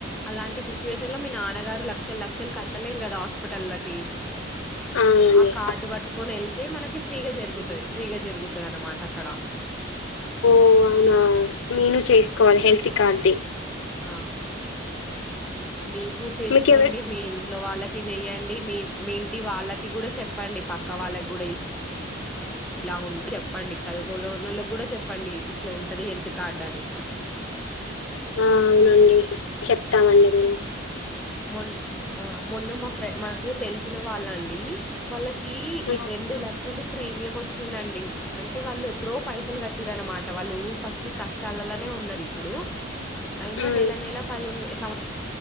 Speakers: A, in the centre; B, on the left.
A: అలాంటి సిచ్యువేషన్ లో మీ నాన్నగారు లక్షల లక్షలు కట్టలేరు కదా హాస్పిటల్కి
B: అవునండి.
A: ఆ కార్డు పట్టుకొని వెల్ప్ మనకు ఫ్రీగా జరుగుతుది ఫ్రీగా జరుగుతుంది అనమాట అక్కడ
B: ఓ అవునా నేను చేసుకోవాలి హెల్త్ కార్ది
A: ఆ మీకు చేసుకోండి
B: మీకెవ
A: మీ ఇంట్లో వాళ్ళకు చెయ్యండి మీ మీ ఇంటి వాళ్ళకి కూడా చెప్పండి పక్క వాళ్ళకి కూడా ఇలా ఉ చెప్పండి చదువుకోలోళ్ళకి కూడా చెప్పండి ఇట్లా ఉంటది హెల్త్ కార్డ్ అని
B: ఆ అవునండి చెప్తామండి మేము
A: మొ ఆ మొన్న మా ఫ్రె మాకు తెలిసిన వాళ్ళండి వాళ్ళ క
B: హ్మ్.
A: ఈ రెండు లక్షలు ప్రీమియం వచ్చిందండి అంటే వాళ్ళు ఎప్పుడో పైసలు కట్టిర అనమాట వాళ్ళు ఫస్ట్ కష్టాలలోనే ఉన్నారు ఇప్పుడు అయినా
B: హ్మ్.
A: నెల నెల పదిహే